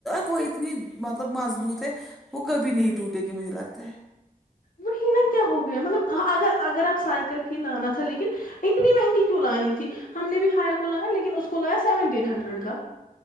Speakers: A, in the centre; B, on the left (about 65°).
A: وہ اتنی مطلب مضبوط ہے وہ کبھی نہیں ٹوٹے گی مجھے لگتا ہے
B: وہی نہ کیا ہو گیا مطلب اگر اگر آپ سائیکل ہی لانا تھا لیکن اتنی مہنگی کیوں لانی تھی ہم نے بھی حیا کو لایا لیکن اس کو لایا سیونٹین ہنڈریڈ کا